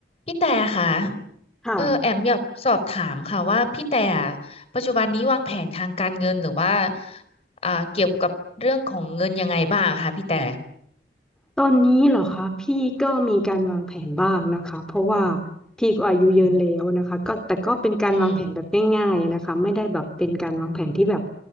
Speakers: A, on the left; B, in the centre.
A: พี่แต่ค่ะ
B: ค่ะ
A: เออแอมอยากสอบถามค่ะว่าพี่แต่ปัจจุบันนี้วางแผนทางการเงินหรือว่าอ่าเกี่ยวกับเรื่องของเงินยังไงบ้างคะพี่แต่
B: ตอนนี้เหรอคะพี่ก็มีการวางแผนบ้างนะคะเพราะว่าพี่ก็อายุเยอะแล้วนะคะก็แต่ก็เป็นการวางแผนแบบง่ายๆนะคะไม่ได้แบบเป็นการวางแผนที่แบบ
A: อืมอืม